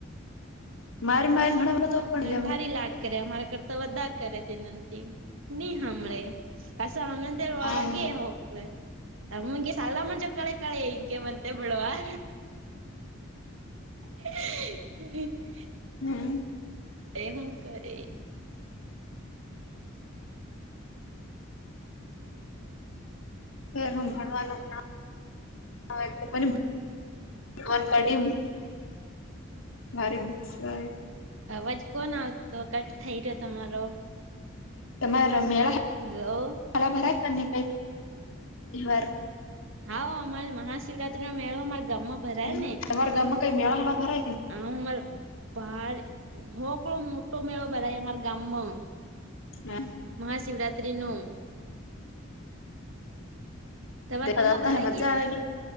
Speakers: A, on the left; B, on the right.
A: મારી મારી તો પણ
B: ભારી લાગે કરે અરા કરતા વધાર કરે તેનંતી નહી સાંભળે હ રવાળગે
A: આમ
B: હકલે તમંગી સલા મણજો કળે કળ્યા ન્કે બંત બળવા <inaudible>
A: હમ
B: એ હું કર
A: ભણવાનું મન કડી ભારે ભ
B: અવાજ કોણ આવતો કટ થઈ રહ્યો તમારો
A: તમારા મેળા
B: હલો
A: મલા ભરા ન ન કવાર
B: હા અમારે મહાશિવરાત્રી નો મેળો અમારા ગામમાં ભરાય
A: હમ તમારા ગામમાં કઈ મેળા હા ભરાય
B: આર બાર હો કેડો મોટો મેળો બરાય અમારા ગામમાં
A: હ
B: મહાશિવરાત્રી નું તમારા
A: દેખાતા
B: ગામમાં ભરાય
A: હૈ મજા
B: કે
A: આવેગ